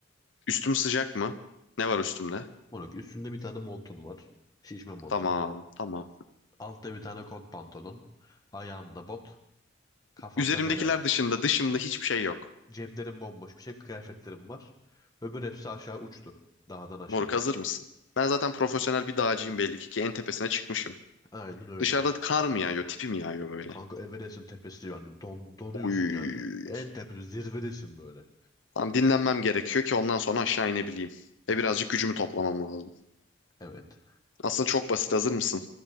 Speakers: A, on the left (about 75°); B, on the left (about 20°).
A: Üstüm sıcak mı? Ne var üstümde?
B: Moruk üstünde bir tane montun var. Şişme montun.
A: Tamam tamam.
B: Altta bir tane kot pantolon. Ayağında bot. Kafanda
A: Üzerimdekiler
B: bere.
A: dışında dışımda hiçbir şey yok.
B: Ceplerim bomboş bir şey. Kıyafetlerim var. Öbür hepsi aşağı uçtu. Dağdan aşağı.
A: Moruk hazır mısın? Ben zaten profesyonel bir dağcıyım belli ki ki en tepesine çıkmışım.
B: Aynen öyle.
A: Dışarıda kar mı yağıyor, tipi mi yağıyor böyle?
B: Kanka Everest'in tepesi yani don, donuyorsun
A: Uy.
B: yani. En tepe zirvedesin böyle.
A: Tamam dinlenmem gerekiyor ki ondan sonra aşağı inebileyim. Ve birazcık gücümü toplamam lazım.
B: Evet.
A: Aslında çok basit hazır mısın?